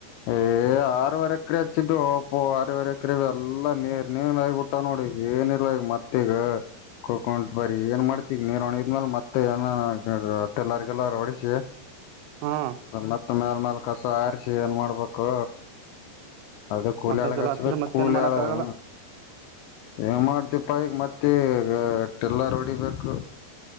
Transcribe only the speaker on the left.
ಏ ಆರವರೆ ಎಕರೆ ಹಚ್ಚಿದ್ದುಪ್ಪು ಆರವರೆ ಎಕರೆ ಎಲ್ಲ ನೀರ್ ನೀನ್ ಆಗಬಿಟ್ಟ ನೋಡಿಗ ಏನ್ ಇಲಾ ಮತ್ತೆ ತ್ತಗ <unintelligible> ಬರೀ ಏನ್ ಮಾಡ್ತೀ ನೀರ್ ಒಣಿದ್ಮೇಲ ಮತ್ತೆ ಏನಟೆಲರ್ಗೆಲ್ಲರ್ ಹೊಡಸಿ. <inaudible>
ಮತ್ತ್ ಮ್ಯಾಲ್ ಮೇಲ್ ಕಸ ಆರಿಸಿ ಏನ್ ಮಾಡ್ಬೇಕು ಅದ್ಕ ಕೂಲಿ
ಆಳಗಚ್ಚ್ಬೇಕ್
ಕೂಲಿ
ಆಳಗಾ. ಏನು ಮಾಡ್ತಿಪ್ಪ ಈಗ ಮತ್ತೆ ಈಗ ಟಿಲ್ಲರ್ ಹೊಡಿಬೇಕು.